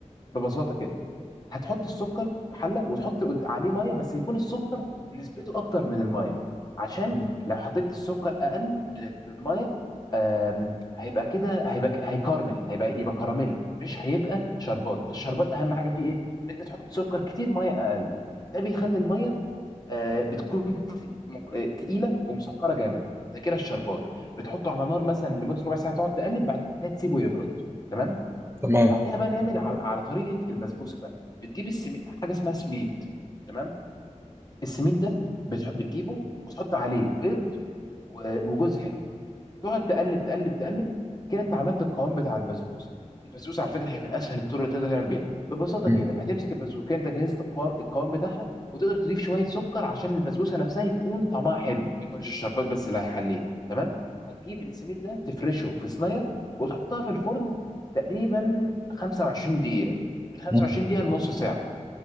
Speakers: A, on the left (about 30°); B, on the right (about 20°).
A: ببساطه كده هتحط السكر في حله وتحط قد- عليه ميه بس يكون السكر نسبته اكتر من الميه عشان
B: م.
A: لو حطيت السكر اقل من الميه آم، هيبقى كده هيبقى ك- هيكرمل هيبقى يبقى كراميل مش هيبقى شربات فالشربات اهم حاجه فيه ايه ان انت تحط سكر كتير ميه اقل ده بيخلي الميه آه، بتكون ت- مك- آه، تقيله ومسكره جامد ده كده الشربات بتحطه على نار مثلا لمده ربع ساعه تقعد تقلب بعدين تسيبه يبرد تمام
B: تمام
A: بعديها بقى نعمل على, على طريقه البسبوسه بقى بتجيب السمي... حاجه اسمها سميد تمام السميد ده بتح... بتجيبه وتحط عليه بيض و... وجوز هند تقعد تقلب تقلب تقلب كده انت عملت القوام بتاع البسبوسه البسبوسه على فكره هي من اسهل الطرق اللي تقدر تعمل بيها ببساطه
B: م.
A: كده هتمسك البسبوسه كده انت جهزت القوام القوام بتاعها وتقدر تضيف شويه سكر عشان البسبوسه نفسها يكون طعمها حلو ما يكونش الشربات بس اللي هيحليها تمام هتجيب السميد ده تفرشه في صينيه وتحطها في الفرن تقريبا 25 دقيقه من 25
B: م.
A: دقيقه لنص ساعه